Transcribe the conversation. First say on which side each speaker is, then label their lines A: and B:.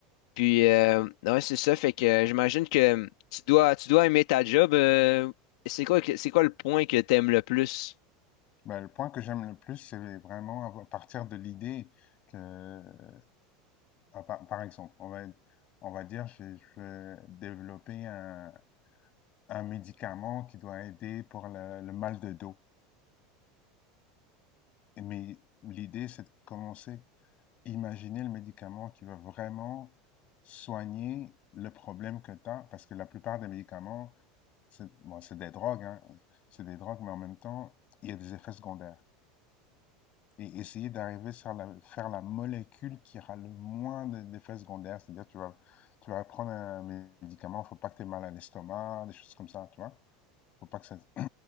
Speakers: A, on the left; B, on the left.
A: Puis, euh, ouais, c'est ça. Fait que euh, j'imagine que tu dois, tu dois aimer ta job. euh, c'est quoi, que- c'est quoi le point que t'aimes le plus?
B: Ben, le point que j'aime le plus, c'est vraiment avoir- partir de l'idée que, euh, ah, par, par exemple, on va, on va dire, je, je vais développer un, un médicament qui doit aider pour le, le mal de dos. Et mais l'idée, c'est de commencer imaginer le médicament qui va vraiment soigner le problème que tu as, parce que la plupart des médicaments, c'est bon, c'est des drogues, hein, c'est des drogues, mais en même temps, il y a des effets secondaires. Et essayer d'arriver à la, faire la molécule qui aura le moins d'effets secondaires, c'est-à-dire tu vas, tu vas prendre un médicament, il ne faut pas que tu aies mal à l'estomac, des choses comme ça, tu vois. Il ne Faut pas que ça, il ne